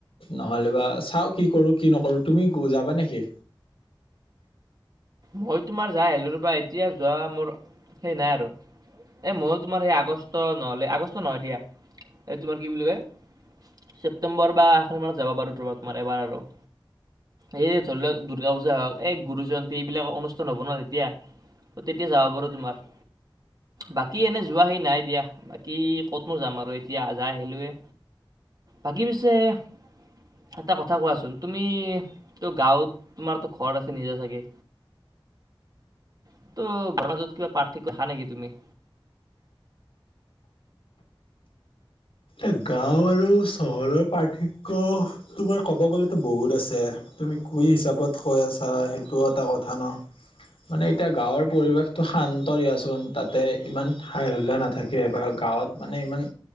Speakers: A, on the left; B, on the right.
A: নহ'লে বা চাওঁ কি কৰোঁ কি নকৰোঁ, তুমি যাবা নেকি?
B: মই তোমাৰ যাই আহিলোঁ ৰবা এতিয়া যোৱা মোৰ, সেই নাই আৰু', এই মই তোমাৰ সেই আগষ্ট নহ'লে আগষ্ট নহয় দিয়া, এই তোমাৰ কি বুলি কয়? ছেপ্টেম্বৰ বা আহ', নৱেম্বৰত যাব বাৰু ৰ'বা তোমাৰ এবাৰ আৰু', এই ধৰি লওক দুৰ্গা পূজা হওঁক এই গুৰু জয়ন্তী', এইবিলাক অনুষ্ঠান হ'ব ন তেতিয়া, ত তেতিয়া যাব পাৰোঁ তোমাৰ', বাকী এনে যোৱা সি নাই দিয়া', বাকী ক'ত নো যাম আৰু এতিয়া যাই আহিলোঁ এই, বাকী পিছে', এটা কথা কোৱাচোন তুমি তাটো গাঁৱত তোমাৰতো ঘৰ আছে নিজে চাগে', সেইটো গণৰাজ্যত কিবা পাৰ্থক্য দেখা নেকি তুমি?
A: এ গাঁও আৰু চহৰৰ পাৰ্থক্য তোমাৰ ক'ব গ'লেতো বহুত আছে', তুমি কি হিচাপত কৈ আছা সেইটোও এটা কথা ন', মানে এতিয়া গাঁৱৰ পৰিৱেশটো শান্ত দিয়াচোন তাতে ইমান হাই - হল্লা নাথাকে বা গাঁৱত', মানে ইমান',